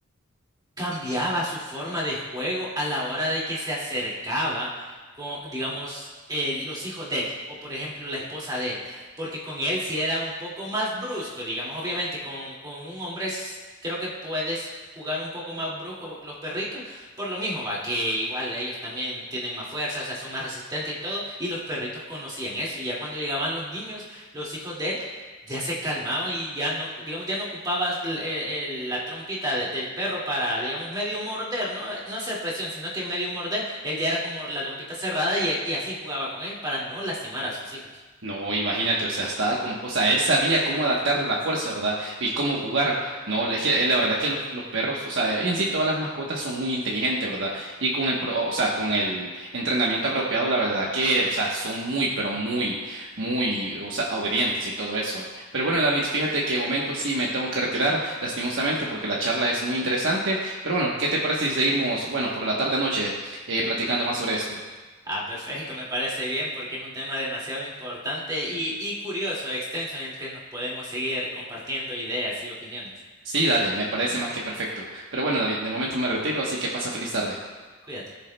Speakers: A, on the right; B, on the right.
A: cambiaba su forma de juego a la hora de que se acercaba con, digamos, eh, los hijos de él o, por ejemplo, la esposa de él, porque con él sí era un poco más brusco, digamos, obviamente con, con un hombre es- creo que puedes jugar un poco más brusco los perritos, por lo mismo va, que igual ellos también tienen más fuerza, o sea, son más resistentes y todo, y los perritos conocían eso, y ya cuando llegaban los niños, los hijos de él, ya se calmaban y ya no, digamos, ya no ocupabas el- el- el- la trompita de- del perro para, digamos, medio morder, ¿no? Eh, No hacer presión, sino que medio morder, él ya era como la trompita cerrada y, y así jugaba con ellos para no lastimar a sus hijos.
B: No, imagínate, o sea, estaba con- o sea, él sabía cómo adaptar la fuerza, ¿verdad? Y cómo jugar. No, es que eh, la verdad que los, los perros, o sea, en sí todas las mascotas son muy inteligentes, ¿verdad? Y con el, pro- o sea, con el entrenamiento apropiado, la verdad que, o sea, son muy, pero muy, muy, o sea, obedientes y todo eso. Pero bueno, David, fíjate que de momento sí me tengo que retirar, lastimosamente, porque la charla es muy interesante. Pero bueno, ¿qué te parece si seguimos, bueno, por la tarde-noche, eh, platicando más sobre esto?
A: Ah, perfecto, me parece bien porque es un tema demasiado importante y, y curioso, extenso, en el que nos podemos seguir compartiendo ideas y opiniones.
B: Sí, dale, me parece más que perfecto. Pero bueno, David, de momento me retiro, así que pasa feliz tarde.
A: Cuídate.